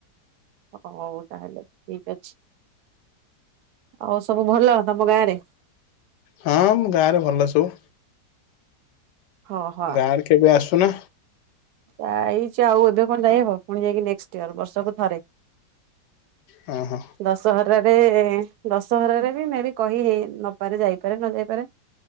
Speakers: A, on the right (about 75°); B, on the left (about 80°).
A: ହଉ ତାହେଲେ ଠିକ ଅଛି। ଆଉ ସବୁ ଭଲ ତୋମ ଗାଁରେ?
B: ହଁ ଆମ ଗାଁ ରେ ଭଲ ସବୁ।
A: ହଁ ହଁ
B: ଗାଁରେ କେବେ ଆସୁନା
A: ଯାଇଛି ଆଉ ଏବେ କଣ ଯାଇହବ ପୁଣି ଯାଇକି ନେକ୍ସଟ ଇୟର ବର୍ଷକୁ ଥରେ
B: ହଁ ହଁ
A: ଦଶହରାରେ ଦଶହରାରେ ବି ମେ ବି କହି ହେଇ ନପାରେ ଯାଇପାରେ ନ ଯାଇପାରେ